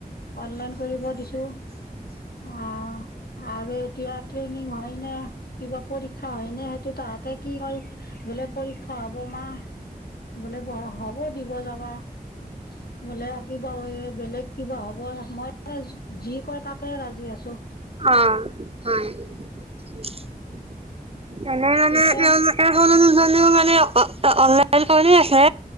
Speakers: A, on the left; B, on the right.
A: অনলাইন কৰিব দিছো আ আৰু এতিয়া ট্ৰেইনিং হয় নে কিবা পৰীক্ষা হয় নে সেইটো তাহতে কি হয় বোলে পৰীক্ষা হব মা বোলে পঢ়া হ'ব দিব যাবা। অ বোলে কিবা ঐ বেলেগ কিবা হব মই যি কয় তাতে ৰাজি আছো।
B: অ হয় <inaudible> এনে মানে
A: পিছে
B: তেওঁলোক অ মানে অ অ অনলাইন কৰি আছে